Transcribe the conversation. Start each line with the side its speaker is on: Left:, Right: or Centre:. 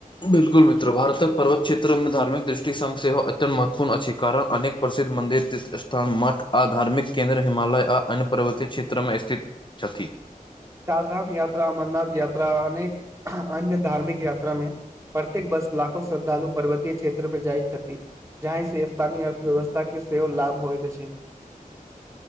Left: बिल्कुल मित्र भारतक पर्वत क्षेत्रमे धार्मिक दृष्टिसंग सेहो अत्यंत महत्वपूर्ण अछि कारण अनेक- प्रसिद्ध मन्दिर तीर्थस्थान मठ आ धार्मिक केन्द्र हिमालय आ अन्य पर्वतीय क्षेत्रमे स्थित। छथि।
Right: चार धाम यात्रा, अमरनाथ यात्रा, अनेक अन्य धार्मिक यात्रा मे प्रत्येक बस लाखो श्रद्धालु पर्वतीय क्षेत्रमे जाइत छथि। जाहि से स्थानीय अर्थव्यवस्था के सेहो लाभ होइत अछि।